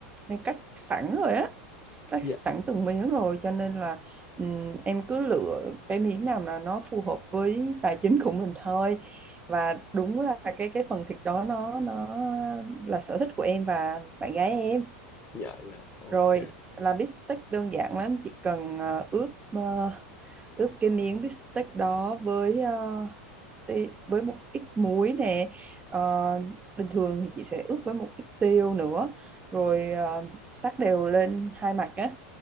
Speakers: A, on the right; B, on the left.
A: hay cắt sẵn rồi á cắt
B: dạ,
A: sẵn từng miếng rồi cho nên là ừm, em cứ lựa cái miếng nào là nó phù hợp với tài chính của mình thôi và đúng là cái cái phần thịt đó nó nó là sở thích của em và bạn gái em
B: dạ, dạ, ok,
A: rồi là bít tết đơn giản lắm chỉ cần ờ, ướp ờ, ướp cái miếng bít tết đó với ti- với một ít muối nè Ờ, bình thường thì chị sẽ ướp với một ít tiêu nữa rồi ờ, sắc đều lên hai mặt á